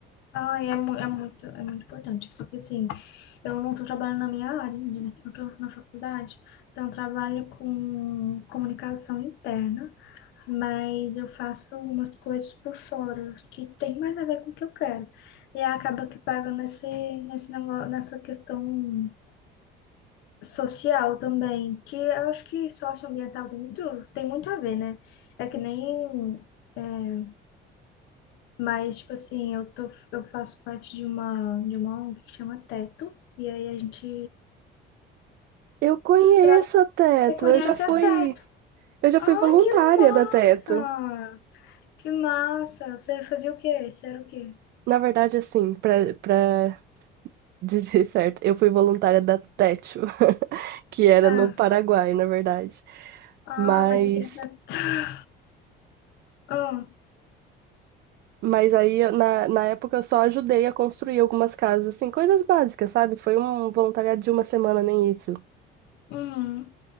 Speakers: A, on the left; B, on the right.
A: Ai, é, mu- é muito, é muito importante. Só que assim, eu não estou trabalhando na minha área ainda, né? que Eu estou na faculdade, então eu trabalho com comunicação interna, mas eu faço umas coisas por fora que tem mais a ver com o que eu quero. E aí acaba que paga nesse, nesse negócio, nessa questão social também, que eu acho que socioambiental tem muito, tem muito a ver, né? É que nem é, mas, tipo assim, eu tô, eu faço parte de uma, de uma ONG que chama Teto. E aí a gente
B: Eu conheço
A: tra-
B: a Teto.
A: Você conhece
B: Eu já fui,
A: a Teto?
B: eu já
A: Ai,
B: fui voluntária
A: que massa!
B: da Teto.
A: Que massa! Você fazia o quê? Você era o quê?
B: Na verdade, assim, pra, para <laughs> dizer certo, eu fui voluntária da Techo, <laughs> que era
A: Ah,
B: no Paraguai, na verdade.
A: ah,
B: Mas,
A: mas aqui é Teto. <laughs> Ah,
B: mas aí, eu- na, na época, eu só ajudei a construir algumas casas, assim, coisas básicas, sabe? Foi um voluntariado de uma semana, nem isso.
A: hum.